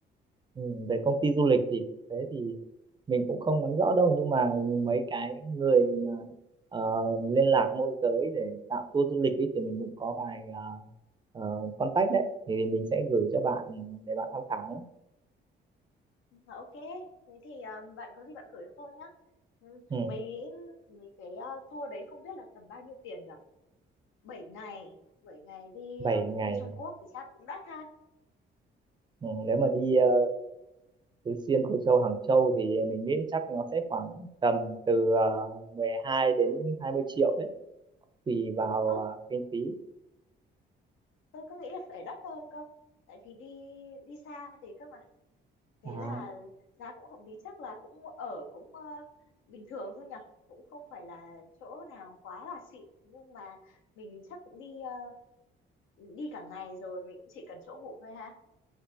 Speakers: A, on the right; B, on the left.
A: Ừ, về công ty du lịch thì thực tế thì mình cũng không nắm rõ đâu nhưng mà mấy cái người mà ờ, liên lạc môi giới để tạo tour du lịch ấy, thì mình cũng có vài ờ, ờ, contact đấy thì mình sẽ gửi cho bạn để bạn tham khảo
B: Mà ok, thế thì ờ, bạn có gì bạn gửi cho tôi nhá. Ừ,
A: ừ,
B: Mấy mấy cái ờ, tour đấy không biết là tầm bao nhiêu tiền nhở? bảy ngày, 7 ngày đi
A: 7
B: ờ,
A: ngày
B: đi Trung Quốc thì chắc cũng đắt ha.
A: ừ, nếu mà đi ờ, Tứ Xuyên Cô Châu Hàng Châu thì mình nghĩ chắc nó sẽ khoảng tầm từ ờ, 12 đến 20 triệu đấy tùy vào
B: Ồ,
A: ờ, kinh phí
B: tôi cứ nghĩ là phải đắt hơn cơ. Tại vì đi đi xa thế cơ mà thế
A: à,
B: là giá cũng hợp lý chắc là cũng ở cũng ờ, bình thường thôi nhỉ cũng không phải là chỗ nào quá là xịn nhưng mà mình chắc cũng đi ờ, đi cả ngày rồi mình cũng chỉ cần chỗ ngủ thôi ha